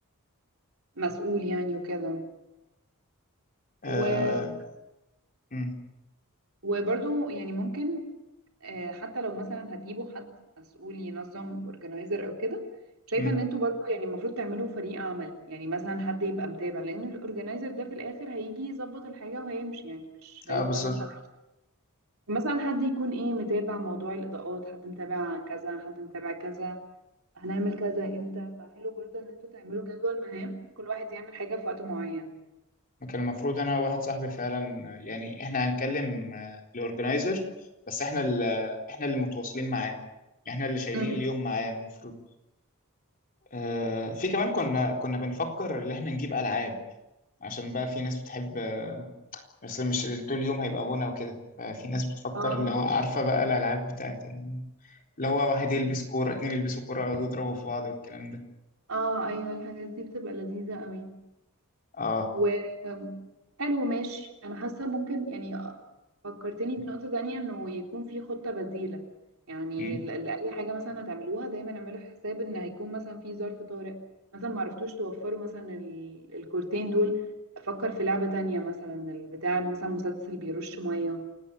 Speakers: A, on the right; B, on the left.
A: مسؤول يعني وكده
B: اه
A: و-
B: امم
A: وبرضو يعني ممكن آه، حتى لو مثلا هتجيبوا حد مسؤول ينظم اورجنايزر او كده شايفة
B: امم
A: ان انتوا برضو يعني المفروض تعملوا فريق عمل يعني مثلا حد يبقى متابع لان الاورجنايزر ده في الاخر هيجي يظبط الحاجة وهيمشي يعني مش هيفضل
B: اه بالظبط
A: مثلا مثلا حد يكون ايه متابع موضوع الاضاءات حد متابع كذا حد متابع كذا هنعمل كذا امتى فحلو برضه ان انتوا تعملوا جدول مهام كل واحد يعمل حاجة في وقت معين
B: ما كان المفروض أنا وواحد صاحبي فعلا آه، يعني إحنا هنكلم آه، الأورجنايزر بس إحنا اللي إحنا اللي متواصلين معاه إحنا اللي شايلين
A: امم
B: اليوم معاه المفروض آه في كمان كنا كنا بنفكر إن إحنا نجيب ألعاب عشان بقى في ناس بتحب بس مش طول اليوم هيبقى غنى وكده ففي ناس بتفكر
A: اه
B: اللي هو عارفة بقى الألعاب بتاعت ال- اللي هو واحد يلبس كورة اتنين يلبسوا كورة يقعدوا يضربوا في بعض والكلام ده
A: اه ايوه الحاجات دي بتبقى لذيذة قوي
B: اه
A: وقالوا ماشي انا حاسه ممكن يعني فكرتني بنقطه تانية انه يكون في خطه بديله يعني
B: مم.
A: ل- لاي حاجه مثلا هتعملوها دايما اعملوا حساب ان هيكون مثلا في ظرف طارئ مثلا ما عرفتوش توفروا مثلا ال- الكورتين دول افكر في لعبه تانية مثلا البتاع مثلا مسدس اللي بيرش ميه أم،